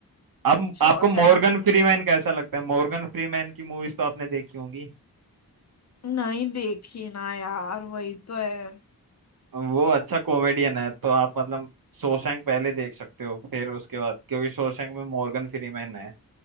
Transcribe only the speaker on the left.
शॉशैंक
देखते
नहीं देखी ना यार वही तो है